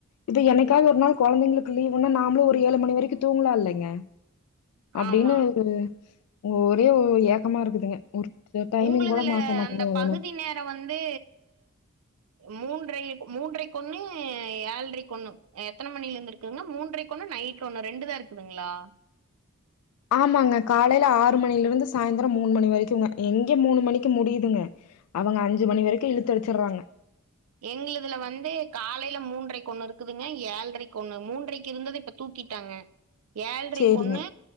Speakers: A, on the left (about 85°); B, on the right (about 85°).
A: இது என்னைக்காவது ஒரு நாள் கொழந்தைங்களுக்கு லீவுன்னா நாமளு ஒரு ஏழு மணி வரைக்கு தூங்லா இல்லைங்க அப்டின்னு
B: ஆமா
A: ஒரு ஒரே ஒ ஏக்கமா இருக்குதுங்க ஒரு டைமிங்
B: உங்களுதுல
A: கூட மாத்த மாட்டேங்குறாங்கன்னு
B: அந்த பகுதி நேரோ வந்து மூன்றரைக் மூன்றரை ஒன்னு ஏழரைக் ஒன்னு எத்தன மணில இருந்துருக் குனா மூன்றைக்கு ஒண்ணு நைட் ஒண்ணு ரெண்டு தா இருக்குதுங்களா
A: ஆமாங்க காலேல ஆறு மணில இருந்து சாயந்திரோ மூணு மணி வரைக்குங்க எங்க மூணு மணிக்கு முடியுதுங்க அவுங்க அஞ்சு மணி வரைக்கு இழுத்து அடிச்சிடுறாங்க
B: எங்களதுல வந்து காலேல மூன்றைக்கு ஒண்ணு இருக்குதுங்க ஏழரைக்கு ஒண்ணு மூன்றரைக்கு இருந்தத இப்ப தூக்கிட்டாங்க
A: <inaudible>
B: ஏழரைக்கு
A: சேரிங்க
B: ஒண்ணு